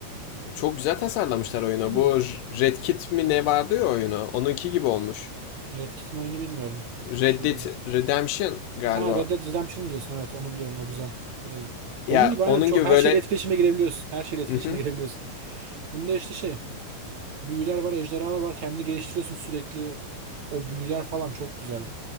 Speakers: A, on the left (about 75°); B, on the right (about 55°).
A: Çok güzel tasarlamışlar oyunu.
B: <clears throat>
A: Bu R- Red Kit mi ne vardı ya oyunu? Onunki gibi olmuş.
B: Red Kit'in oyunu bilmiyorum.
A: Red
B: Bir şey
A: Dead
B: değil.
A: Redemption galiba.
B: Ha Red Dead Redemption diyorsun evet onu biliyorum o güzel. O da
A: Ya
B: Onun gibi aynen
A: onun
B: çok
A: gibi
B: her
A: böyle...
B: şeyle etkileşime girebiliyorsun. Her şeyle etkileşime
A: <laughs> Hı
B: girebiliyorsun. Bunda işte şey büyüler var, ejderhalar var. Kendini geliştiriyorsun sürekli. O büyüler falan çok güzel.